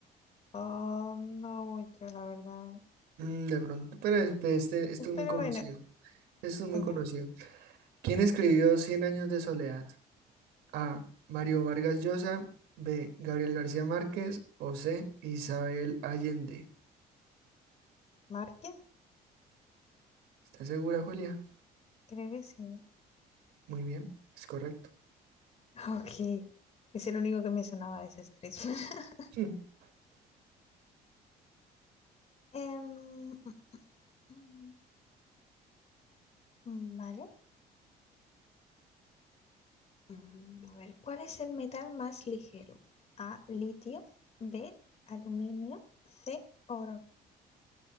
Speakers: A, on the left; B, on the right.
A: Oh, no mucho, la verdad.
B: Mm, de pronto, pero es- pues, este, esto es
A: Pero
B: muy conocido.
A: bueno,
B: Esto es muy
A: vale.
B: conocido. ¿Quién escribió Cien años de soledad? A. Mario Vargas Llosa. B. Gabriel García Márquez. O C. Isabel Allende.
A: Márquez,
B: ¿Estás segura, Julia?
A: creo que sí. <laughs>
B: Muy bien, es correcto.
A: Ok, es el único que me sonaba de esas tres. <laughs>
B: <laughs>
A: Em, mm, mm, mm, mm, vale. Mm, A ver, ¿cuál es el metal más ligero? A, litio, B, aluminio, C, oro.